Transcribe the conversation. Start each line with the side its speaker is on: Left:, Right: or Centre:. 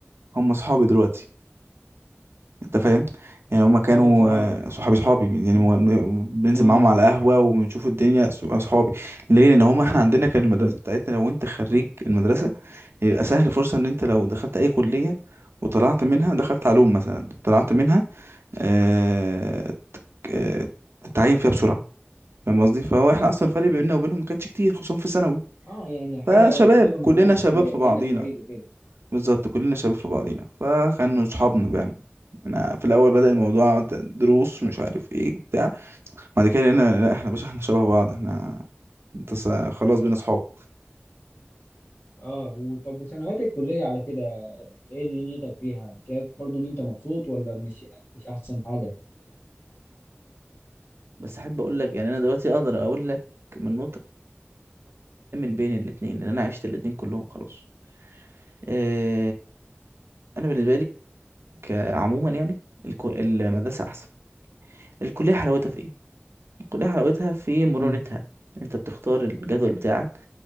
Right: هم اصحابي دلوقتي انت فاهم يعني هما
Left: صحابك
Right: كانوا
Left: صحابك
Right: آه، صحابي صحابي يعني
Left: مم.
Right: م- بننزل
Left: اه
Right: معاهم على قهوة وبنشوف الدنيا ص- صحابي ليه لان هما احنا عندنا كان المدرسة بتاعتنا لو انت خريج المدرسة يبقى سهل فرصة ان انت لو دخلت اي كلية وطلعت منها دخلت علوم مثلا طلعت منها آه آه، تتعين فيها بسرعة فاهم قصدي فهو احنا اصلا الفرق بيننا وبينهم ما كانش كتير خصوصا في ثانوي
Left: اه يعني حاجه
Right: فشباب
Left: قريبه من
Right: كلنا
Left: الجامعه
Right: شباب
Left: شويه
Right: في
Left: كانك
Right: بعضينا
Left: معيد وكده
Right: بالظبط كلنا شباب في بعضينا فكانوا صحابنا يعني انا في الاول بدأ الموضوع د- دروس مش عارف ايه وبتاع بعد كده لقينا لا احنا باشا احنا شبه بعض احنا انت س- خلاص بينا صحاب
Left: اه وطب وسنوات الكليه على كده آه، ايه دنيتك فيها شايف برضو ان انت مبسوط ولا مش مش احسن حاجه
Right: بس يعني انا اقول لك من بين الاثنين لان انا عشت الاثنين كورس آه، انا بلي عموما يعني المدرسه احسن الكليه حلاوتها في ايه الكليه حلاوتها في متها
Left: امم
Right: انت بتختار الجدول بتاعك